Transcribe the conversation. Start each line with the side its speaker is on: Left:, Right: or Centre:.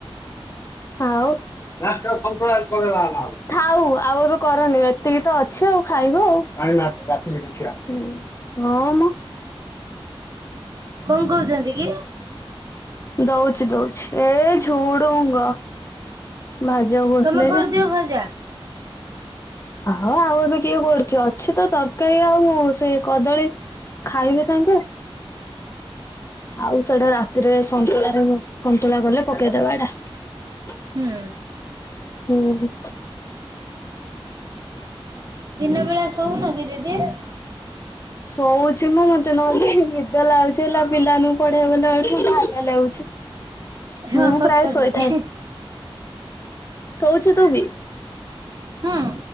Left: ଆଉ, ନା ସେଟା ସନ୍ତୁଳା ରେ ପକେଇଦେବା ନହଲେ। ଥାଉ ଆଉ ଏବେ କରନି ଏତିକି ତ ଅଛି ଆଉ ଖାଇବୁ ଆଉ ହଁ ମ
Right: କଣ କହୁଛନ୍ତି କି
Left: ଦଉଛି ଦଉଛି, ଏ ଝୁଡୁଙ୍ଗ ଭାଜିବାକୁ ବସିଲେ
Right: ତମେ କରିଦିଅ
Left: ଯେ
Right: ଭଜା
Left: ହଁ ଆଉ ଏବେ କିଏ କରୁଛି ଅଛି ତ ତରକାରୀ ଆଉ ସେଇ କଦଳୀ ଖାଇବି କାକେ ଖାଉ ସେଇଟା ରାତିରେ ସନ୍ତୁଳାରେ ସନ୍ତୁଳା କଲେ ପକେଇଦବା ଏଇଟା
Right: ହୁଁ
Left: ଉଁ ହୁଁ।
Right: ଦିନ ବେଳା ଶଉନୁ କି ଦିଦି?
Left: ଶଉଛି ମୁଁ ମତେ ନହେଲେ ନିଦ ଲାଗୁଛି ହେଲା ପିଲା ମାନଙ୍କୁ ପଢେଇ ଗଲା ବେଳକୁ ଲାଗୁଛି
Right: ହଁ
Left: ମୁଁ
Right: ସତ
Left: ପ୍ରାୟ ଶୋଇଥାଏ।
Right: ଦିଦି
Left: ଶୋଇଛୁ ତୁ ବି?
Right: ହୁଁ